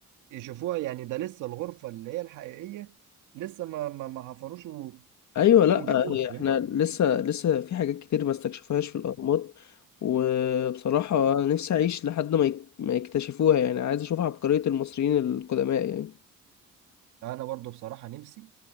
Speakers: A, on the right; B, on the left.
A: يشوفوها يعني ده لسه الغرفة اللي هي الحقيقية لسه ما ما ما حفروش و-
B: أيوة لأ
A: وجابوها
B: هي إحنا
A: فاهم؟
B: لسه لسه في حاجات كتير ما استكشفوهاش في الأهرامات وبصراحة أنا نفسي أعيش لحد ما يك- ما يكتشفوها يعني عايز أشوف عبقرية المصريين القدماء يعني
A: انا برضو بصراحة نفسي